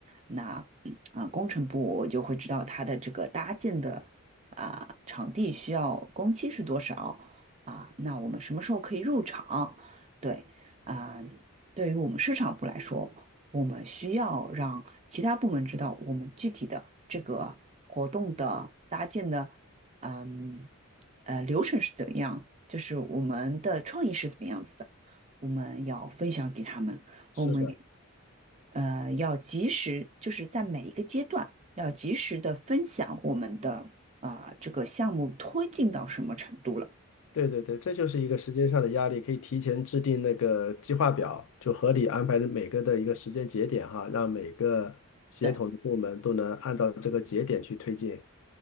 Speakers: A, on the right; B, on the left.
A: 那嗯啊、工程部我就会知道它的这个搭建的啊、场地需要工期是多少啊、那我们什么时候可以入场？对啊、对于我们市场部来说，我们需要让其他部门知道我们具体的这个活动的搭建的嗯呃流程是怎么样，就是我们的创意是怎么样子的，我们要分享给他们，我们
B: 是的，
A: 呃要及时，就是在每一个阶段要及时的分享我们的啊、这个项目推进到什么程度了。
B: 对对对，这就是一个时间上的压力，可以提前制定那个计划表，就合理安排每个的一个时间节点哈，让每个协同的部门都能按照这个节点去推进。
A: 对。